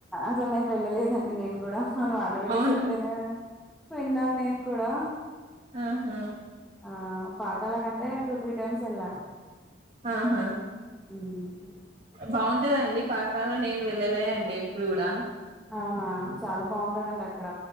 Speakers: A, in the centre; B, on the right.
A: అసలు నేను వెళ్ళలేదండి నేను గూడా వాళ్ళు వీళ్ళు
B: అవునా
A: చెప్తేనే విన్నాన్ నేన్ కూడా
B: మ్ హూ
A: ఆ పాకాల కంటే టూ త్రీ టైమ్స్ ఎళ్లా
B: ఆహా
A: మ్
B: బావుంటదా అండి పాకాల నేను వెళ్ళలే అండి ఎప్పుడు కూడా
A: అవునా చాలా బావు టదండి అక్కడ